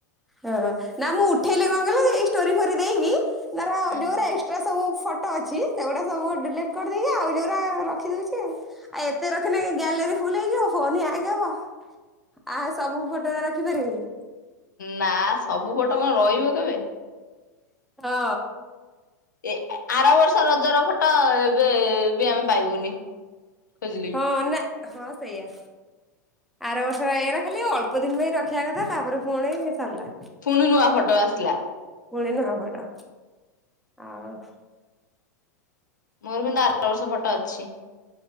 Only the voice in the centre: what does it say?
ହଁ, ନା ମୁଁ ଉଠେଇଲେ କଣ କଇଲ ଏଇ ଷ୍ଟୋରୀ ଫୋରି ଦେଇକି ତାର
ଯୋଉଗୁରା ଏକ୍ଟ୍ରା ସବୁ ଫ ଅଛି ସେଗୁଡା ସବୁ ଡିଲେଟ୍ କରିଦେଇକି ଆଉ ଯଉରା ରଖିଦଉଛି ଆଉ। ଆ ଏତେ ରଖିଲେ ଗ୍ୟାଲେରୀ ଫୁଲ ହେଇଯିବ ଫୋନ ହ୍ୟାଙ୍ଗ ହବ। ଆ ସବୁ ଫଟୋଗୁରା ରଖିପାରିବୁକି?
ହଁ
ହଁ ନା ହଁ ସେଇଆ। ଆର ବର୍ଷ ଏରା ଖାଲି ଅଳ୍ପ ଦିନ ପାଇଁ ରଖିବା କଥା ତାପରେ ଫୁଣି ସରିଲା।
ପୁଣି ନୁଆ ଫଟୋ ଆଉ